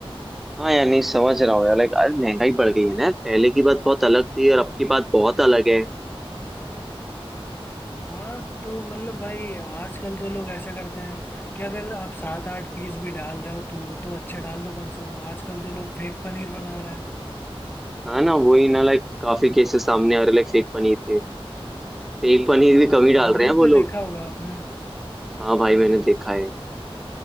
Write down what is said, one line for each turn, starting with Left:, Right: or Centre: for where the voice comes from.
Centre: हाँ यार नहीं समझ रहा हूँ यार लाइक अरे महंगाई बढ़ गई है ना यार। पहले की बात बहुत अलग थी और अब की बात बहुत अलग है
Left: हाँ तो मतलब भाई आजकल तो लोग ऐसा करते हैं कि अगर आप सात आठ पीस भी डाल रहे हो तो वो तो अच्छे डाल दो कम से कम आजकल तो लोग फेक पनीर बना रहे हैं
Centre: हाँ ना वही ना लाइक काफी केसेस सामने आ रहे लाइक फेक पनीर के फेक पनीर
Left: हाँ
Centre: भी कम ही डाल
Left: यूट्यूब
Centre: रहे हैं वो
Left: पे
Centre: लोग
Left: देखा होगा आपने
Centre: हाँ भाई मैंने देखा है